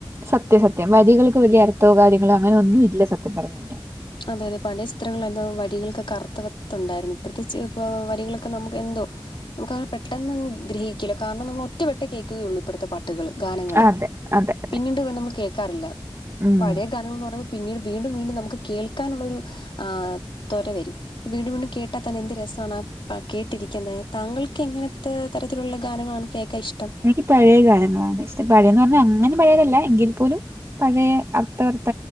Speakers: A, on the right; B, on the left.
A: സത്യ സത്യം വരികൾക്ക് വലിയ അർത്ഥോ കാര്യങ്ങളോ അങ്ങനെ ഒന്നും ഇല്ല സത്യം പറഞ്ഞു കഴിഞ്ഞാ.
B: അതെ അതെ പഴയ ചിത്രങ്ങളിലൊക്കെ വരികൾക്കൊക്കെ അർത്ഥവത്തുണ്ടായിരുന്നു. ഇപ്പഴത്തെ ചി ഇപ്പൊ വരികൾക്കൊ നമുക്കെന്തോ നമുക്കങ്ങനെ പെട്ടെന്ന് ഗ്രഹിക്കില്ല. കാരണം നമ്മള് ഒറ്റവട്ടേ കേൾക്കുകയുള്ളൂ ഇപ്പോഴത്തെ പാട്ടുകള്. ഗാനങ്ങള്
A: അതെ അതെ അതെ
B: പിന്നീട് ഇവ നമ്മള് കേക്കാറില്ല.
A: ഉം
B: പഴേ ഗാനങ്ങള്ന്ന് പറയുമ്പ പിന്നീട് വീണ്ടും വീണ്ടും നമുക്ക് കേൾക്കാനുള്ളൊരു ആഹ് ത്വര വരും. വീണ്ടും വീണ്ടും കേട്ടാ തന്നെ എന്ത് രസമാണാ പാ കേട്ടിരിക്കാൻ തന്നെ. താങ്കൾക്ക് എങ്ങനത്തെ തരത്തിലുള്ള ഗാനങ്ങളാണ് കേക്ക ഇഷ്ടം?
A: എനിക്ക് പഴേ ഗാനങ്ങളാണ് ഇഷ്ടം. പഴെന്ന് പറഞ്ഞാൽ അങ്ങനെ പഴയതല്ല എങ്കിൽ പോലും പഴേ അർത്ഥവത്ത